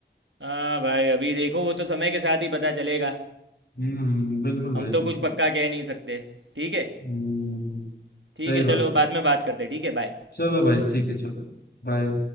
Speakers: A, on the right; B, on the left.
A: हाँ भाई अभी देखो वो तो समय के साथ ही पता चलेगा
B: हम्म बिल्कुल भाई
A: हम तो कुछ
B: बिल्कुल
A: पक्का कह नहीं सकते ठीक है
B: हम्म
A: ठीक
B: सही
A: है
B: बात
A: चलो
B: है
A: बाद में बात करते हैं, ठीक है बाय
B: चलो भाई ठीक है चलो बाय